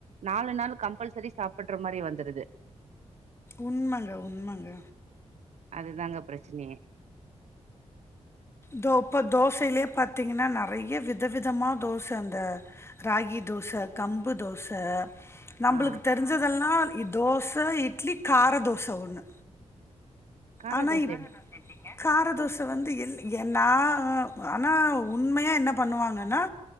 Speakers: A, on the right; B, on the left.
A: நாலு நாள் கம்பல்சரி சாப்புட்ற மாரி வந்துருது
B: உண்மங்க உண்மங்க
A: அதுதாங்க பிரச்சனயே
B: தோ இப்போ தோசையிலே பாத்தீங்கன்னா நறையா விதவிதமா தோச இந்த ராகி தோச கம்பு தோச நம்பளுக்கு
A: ஆ
B: தெரிஞ்சதெல்லாம் தோச தோ இட்லி கார தோச ஒன்னு
A: கார
B: ஆனா
A: தோச
B: இப் காரதோச எப்டிங்க காரதோச வந்து எள் என் நா ஆனா உண்மையா என்ன பண்ணுவாங்கன்னா